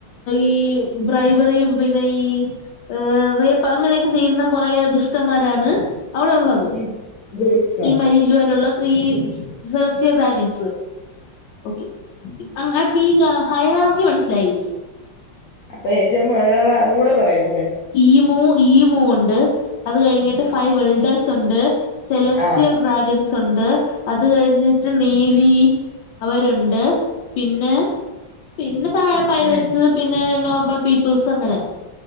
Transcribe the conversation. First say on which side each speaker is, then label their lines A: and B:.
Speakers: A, on the left; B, on the left.
A: ഈ ബ്രൈബറും പിന്നെ ഏ റേപ്പ് അങ്ങനെയൊക്കെ ചെയ്യുന്ന കുറേ ദുഷ്ടന്മാരാണ് അവിടെ ഉള്ളത്
B: ഈ ഗോഡ്സാ
A: ഈ മരീജ വരുള്ള ഈ സരസ്യ ബാഗൻസ് ഓക്കെ അ പി ഹൈരാാർക്ക് മനസ്സിലായില്ലേ
B: അപ്പൊ ഏറ്റവും മഴ ഒന്നും കൂടെ പറയാനോ
A: ഈ മൂ ഈ മൂ ഉണ്ട് അത് കഴിഞ്ഞിട്ട് ഫൈവ് വെൽഡേഴ്സ് ഉണ്ട് സെലസ്ട്രിയൽ
B: ആ
A: ഡ്രാഗൻസ് ഉണ്ട് അത് കഴിഞ്ഞിട്ട് നേവി അവരുണ്ട് പിന്നെ പിന്നെ താഴെ പൈററ്റ്സ്
B: ഉം.
A: പിന്നെ നോർമൽ പീപ്പിൾസ് അങ്ങനെ